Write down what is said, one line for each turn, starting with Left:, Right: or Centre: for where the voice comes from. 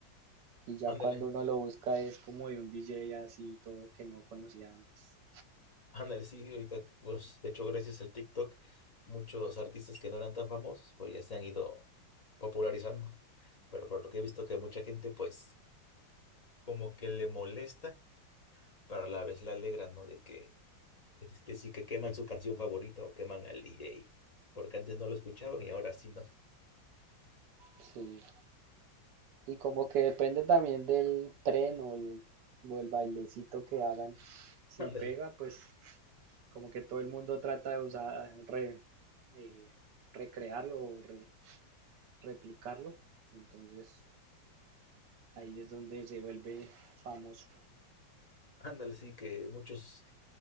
Right: Y ya
Left: Ándale,
Right: cuando uno lo busca es como de un DJ así todo que no conocía antes.
Left: ándale, sí, ahorita, pues, de hecho, gracias al TikTok, muchos artistas que no eran tan famosos, pues ya se han ido popularizando, pero por lo que he visto que mucha gente, pues, como que le molesta pero a la vez la alegran, ¿no? De que, es que sí que queman su canción favorita o queman al DJ, porque antes no lo escuchaban y ahora sí, ¿no?
Right: Sí. Y como que depende también del tren o el, o el bailecito que hagan. Si
Left: <laughs> Ándale,
Right: pega, pues como que todo el mundo trata de usar, re- eh, recrearlo o re- replicarlo. Entonces ahí es donde se vuelve famoso.
Left: ándale, sí que muchos